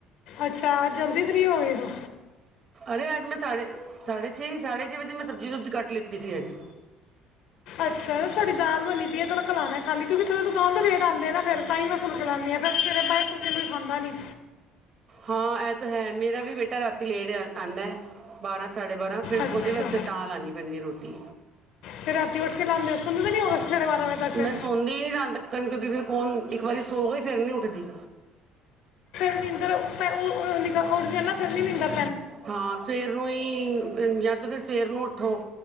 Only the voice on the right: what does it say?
ਅਰੇ ਅੱਜ ਮੈਂ ਸਾਢੇ ਛੇ ਸਾਢੇ ਛੇ ਵਜੇ ਮੈਂ ਸਬਜ਼ੀ-ਸੁਬਜ਼ੀ ਕੱਟ ਲਿੱਤੀ ਸੀ ਅੱਜ।
ਹਾਂ ਇਹ ਤਾਂ ਹੈ ਮੇਰਾ ਵੀ ਬੇਟਾ ਰਾਤੀ ਲੇਟ ਆਂਦਾ ਬਾਰਾਂ-ਸਾਢੇ ਬਾਰਾਂ ਫਿਰ
ਉਹਦੇ ਵਾਸਤੇ ਤਾਂ ਲਾਣੀ ਪੈਂਦੀ ਰੋਟੀ,
ਮੈਂ
ਸੌਂਦੀ ਨੀ ਰਾਤ ਤੱਕਣ ਕਿਉਂਕਿ ਫਿਰ ਕੌਣ ਇੱਕ ਵਾਰੀ ਸੋ ਗਈ ਫਿਰ ਨੀ ਉੱਠਦੀ।
ਹਾਂ ਸਵੇਰ ਨੂੰ ਹੀ ਜਾਂ ਤਾਂ ਫਿਰ ਸਵੇ ਸਵੇਰ ਨੂੰ ਉੱਠੋ